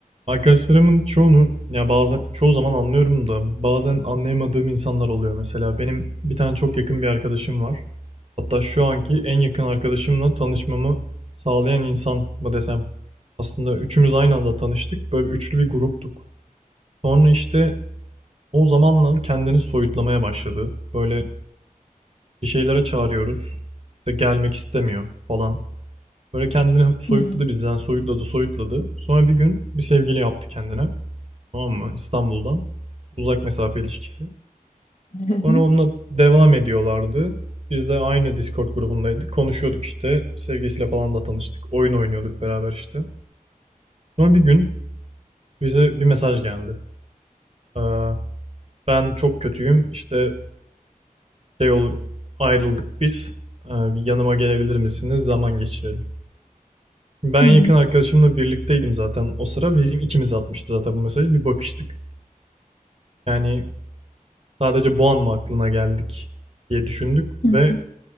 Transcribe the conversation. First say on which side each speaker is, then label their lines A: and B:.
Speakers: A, on the right; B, on the left.
A: Arkadaşlarımın çoğunu ya bazen çoğu zaman anlıyorum da bazen anlayamadığım insanlar oluyor mesela. Benim bir tane çok yakın bir arkadaşım var. Hatta şu anki en yakın arkadaşımla tanışmamı sağlayan insan mı desem. Aslında üçümüz aynı anda tanıştık. Böyle üçlü bir gruptuk. Sonra işte o zamanla kendini soyutlamaya başladı. Böyle bir şeylere çağırıyoruz. İşte gelmek istemiyor falan. Böyle kendini soyutladı
B: Hı. Hı.
A: bizden, soyutladı, soyutladı. Sonra bir gün bir sevgili yaptı kendine. Tamam mı? İstanbul'dan. Uzak mesafe ilişkisi.
B: <laughs>
A: Sonra onunla devam ediyorlardı. Biz de aynı Discord grubundaydık. Konuşuyorduk işte. Sevgisiyle falan da tanıştık. Oyun oynuyorduk beraber işte. Sonra bir gün bize bir mesaj geldi. Ee, ben çok kötüyüm. İşte şey ol ayrıldık biz. Ee, bir yanıma gelebilir misiniz? Zaman geçirelim. Ben
B: Hı
A: en
B: hı.
A: yakın arkadaşımla birlikteydim zaten o sıra. Bizim ikimiz atmıştı zaten bu mesajı. Bir bakıştık. Yani sadece bu an mı aklına geldik diye düşündük
B: hı.
A: ve